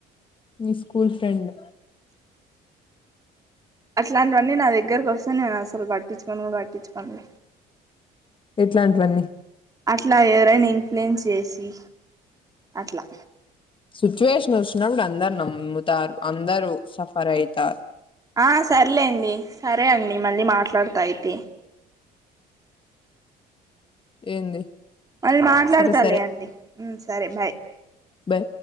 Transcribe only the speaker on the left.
మీ స్కూల్ ఫ్రెండ్
ఇట్లాంటివన్నీ
సిచ్యువేషన్ వచ్చినప్పుడు అందరు నమ్ముతారు అందరూ సఫర్ అయితారు.
ఏంది
సరే సరే
బాయ్